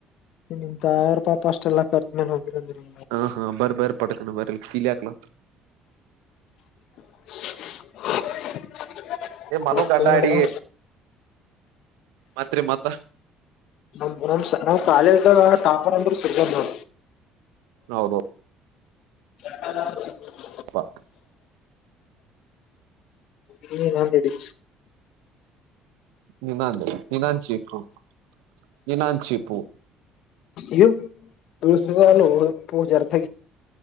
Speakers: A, on the left (about 65°); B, on the right (about 80°).
A: ನಿಮ್ ತಯಾರ ಪಾಪ ಅಷ್ಟೆಲ್ಲಾ ಕರ್ದ ಮೇನ್ ಹೋಗಿಂದ್ರಿ.
B: ಹಾ ಹಾ ಬರ್ ಬರ ಪಡಕಣ ಬರಲ್ಲ ಕಲಕ್ಲ.
A: <inaudible>
B: ಏ ಮನು
A: ಮತ್ತೇನ್ರ
B: ಗಡಾಡ ಮತ್ರಿ ಮತ್ತ.
A: ನಮ ನಮ್ ನಾವ್ ಕಾಲೇಜ್ದ್ಗ ಟಾಪರ್ ಅಂದ್ರರು ಸಿರ್ಗ.
B: ಹೌದೌದು.
A: ಹ್ಮ
B: ವಾಕ್
A: ಹ್ಮ ನಂದಡಿ.
B: ನಿನಂದು ನಿನಂಚಿ ಪು ನಿನಂಚಿ ಪೂ.
A: ಇವು ತಳಸ ಪ ಜಾರತ.